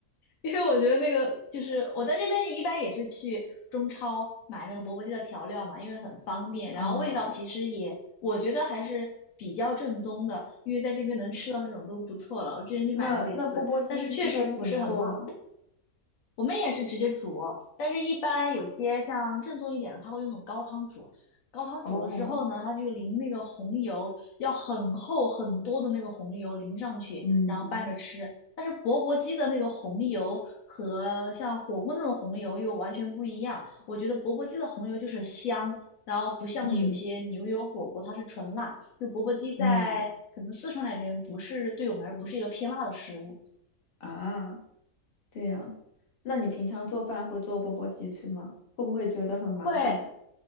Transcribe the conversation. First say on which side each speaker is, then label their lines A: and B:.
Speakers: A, on the left; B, on the left.
A: 因为我觉得那个就是我在这边一般也是去中超买那个钵钵鸡的调料嘛，因为很方便，然后味道其实也我觉得还是比较正宗的，
B: 哦、
A: 因为在这边能吃到那种都不错了。我之前去买过一次，
B: 那那钵钵鸡一般怎么做呢？
A: 但是确实不是很辣，我们也是直接煮，但是一般有些像正宗一点的，他会用那种高汤煮。高汤煮了之后呢，
B: 哦，
A: 他就淋那个红油，要很厚很多的那个红油淋上去，
B: 嗯
A: 然后拌着吃。但是钵钵鸡的那个红油和像火锅那种红油又完全不一样。我觉得钵钵鸡的红油就是香，然后不像有些牛油火锅它是纯辣。
B: 嗯
A: 就钵钵鸡在可能四川那边不是对我们而不是一个偏辣的食物。
B: 嗯，啊，这样，那你平常做饭会做钵钵鸡吃吗？会不会觉得很麻烦呀？
A: 会，